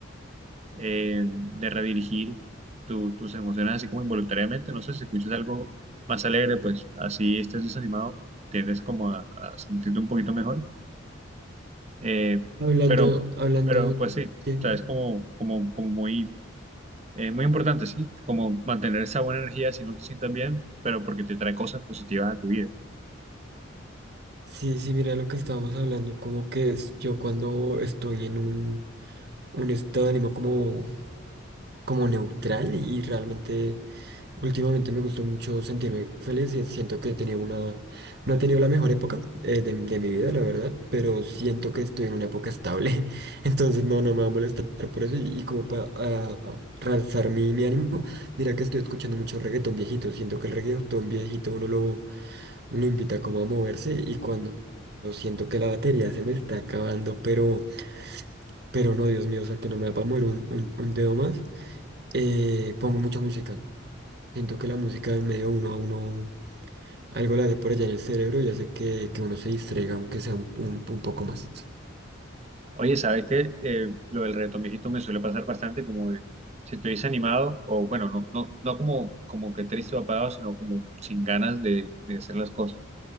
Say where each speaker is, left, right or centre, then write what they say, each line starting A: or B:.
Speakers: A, on the right; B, on the right.
A: eh, de redirigir tu- tus emociones así como involuntariamente. No sé, si escuchas algo más alegre, pues así estés desanimado, tiendes como a, a sentirte un poquito mejor. Eh,
B: Hablando,
A: pero,
B: hablando
A: pero pues sí, o
B: de...
A: sea, es como, como, como muy, eh, muy importante, sí, como mantener esa buena energía si no te sientas bien, pero porque te trae cosas positivas a tu vida.
B: Sí, sí, mira lo que estábamos hablando, como que es- yo cuando estoy en un, un estado de ánimo como como neutral y realmente últimamente me gustó mucho sentirme feliz y siento que he tenido una, no he tenido la mejor época eh, de, de mi vida, la verdad, pero siento que estoy en una época estable, <laughs> entonces no, no me va a molestar por eso y, y como para ah, realzar mi, mi ánimo, mira que estoy escuchando mucho reggaetón viejito, siento que el reggaetón viejito uno lo, lo invita como a moverse y cuando... Siento que la batería se me está acabando, pero, pero no, Dios mío, o sea que no me va a mover un, un un dedo más eh, pongo mucha música. Siento que la música en medio uno a uno algo la hace por allá en el cerebro y hace que, que uno se distraiga, aunque sea un, un- un poco más.
A: Oye, ¿sabes qué? Eh, lo del reto viejito me suele pasar bastante como de, si estoy desanimado o bueno, no, no, no como, como que triste o apagado, sino como sin ganas de, de hacer las cosas.